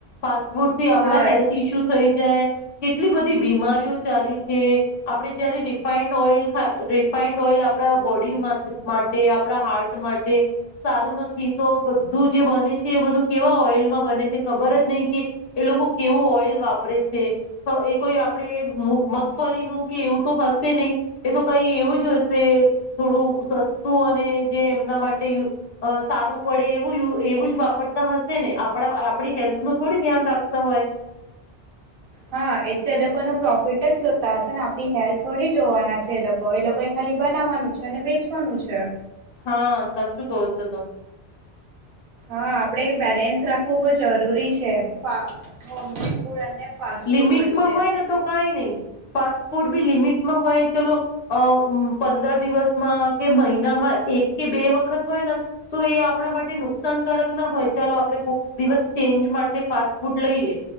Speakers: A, on the left; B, on the right.
A: પાસ ફૂરતી આપડા
B: હા
A: હેલ્થ ઇસ્યુ થઈ જાય કેટલી બધી બીમારીઓ ચાલી છે આપડણે જયારે રિફાઈન્ડ ઓઇલા રિફાાઈન્ડ ઓઇલ આપડા બોડી માટે આપણા હાર્ટ માટે સારું નથી તો બધું જે બને છે એ બધું કેવા ઓઇલમાં બને છે ખબર જ નહીં કે એ લોકો કેવું ઓઈલ વાપરે છે એ કોઈ આપણે મગફળીનુંું કે એવું તો હશે નહી એ તો કઈ એવું જ હશે થોડું સસ્તું અને જે એમના માટે સારું પડે એવું એવું જ વાપર હશે ને આપ આપડી હેલ્થ નું થોડું ધ્યાન રાખતા હોય
B: હા એટ તો એ લોકો ન પ્રોફિટ જ જોતા હશે ને આપડી હેલ્થ થોડી જોવાના છે એ લોકો એ લોકો એ ખાલી બનાવવાનું છે અને વેચવાનું છે
A: હા સાચું કહ છો તમે
B: હા આપણે બેલેન્સ રાખવું બહુ જરૂરી છે હોમમેડ ફૂડ અને ફાસ્ટ
A: લિમિટમાં
B: ફૂડ વચ્ચે
A: હોય ને તો કઈ નહી ફાસ્ટફોડ બી લિમિટ હોય ચાલ પંદર દિવસમાં કે મહિનામાં એક કે બે વખત હોય ને તો એ આપણા માટે નુકસાનકારક ના હોય ચાલો આપે કોક દિવસ ચેન્જ માટે ફાસ્ટ ફૂડ લઈએ